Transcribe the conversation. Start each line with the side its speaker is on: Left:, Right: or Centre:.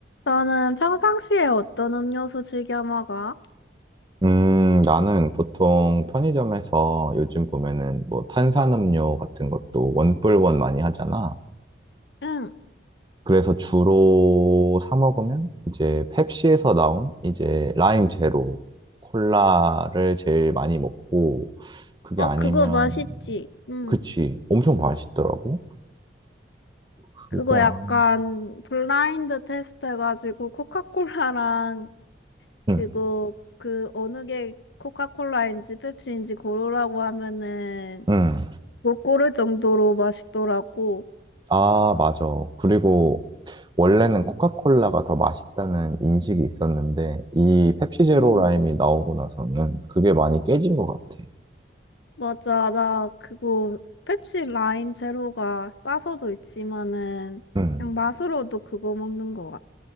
Left: 너는 평상시에 어떤 음료수 즐겨 먹어?
Right: 음, 나는 보통 편의점에서 요즘 보면은 뭐 탄산음료 같은 것도 원뿔원 많이 하잖아.
Left: 응.
Right: 그래서 주로 사 먹으면 이제 펩시에서 나온 이제 라임 제로 콜라를 제일 많이 먹고 그게
Left: 어,
Right: 아니면
Left: 그거 맛있지? 응.
Right: 그치 엄청 맛있더라고. 그게
Left: 그거
Right: 아,
Left: 약간 블라인드 테스트 해가지고 코카콜라랑
Right: 응,
Left: 그거 그 어느 게 코카콜라인지 펩시인지 고르라고 하면은
Right: 응.
Left: 못 고를 정도로 맛있더라고.
Right: 아, 맞아. 그리고 원래는 코카콜라가 더 맛있다는 인식이 있었는데 이 펩시 제로
Left: 응,
Right: 라임이 나오고 나서는 그게 많이 깨진 것 같아.
Left: 맞아. 나 그거 펩시 라임 제로가 싸서도 있지만은
Right: 음,
Left: 그냥 맛으로도 그거 먹는 거야.